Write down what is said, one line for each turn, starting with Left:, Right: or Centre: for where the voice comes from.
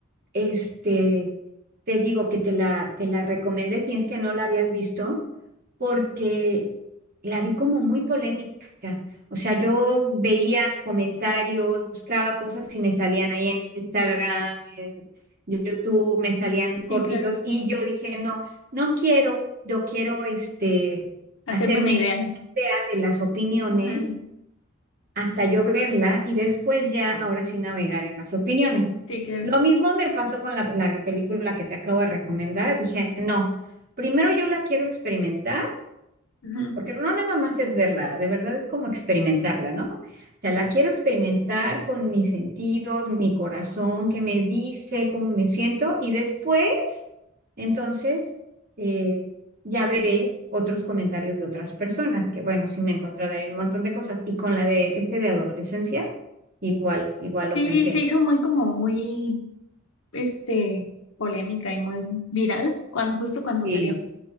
Right: este, te digo que te la, te la recomendé si es que no la habías visto, porque la vi como muy polémica. O sea, yo veía comentarios, buscaba cosas y me salían ahí en Instagram, en YouTube, me salían cortitos
Left: Sí, claro.
Right: y yo dije, no, no quiero, yo quiero, este,
Left: Hacerme
Right: hacerme
Left: una idea.
Right: idea de las opiniones
Left: Ujú,
Right: hasta yo verla y después ya, ahora sí, navegar en las opiniones.
Left: Sí, claro.
Right: Lo mismo me pasó con la, la película que te acabo de recomendar. Dije, no, primero yo la quiero experimentar.
Left: Ujú.
Right: Porque no nada más es verla, de verdad es como experimentarla, ¿no? O sea, la quiero experimentar con mis sentidos, mi corazón, qué me dice cómo me siento y después, entonces, eh, ya veré otros comentarios de otras personas, que bueno, sí me he encontrado ahí un montón de cosas. Y con la de este de adolescencia, igual, igual
Left: Sí,
Right: lo pensé.
Left: se hizo muy como muy, este, polémica y muy viral cuando justo cuando
Right: Sí,
Left: salió.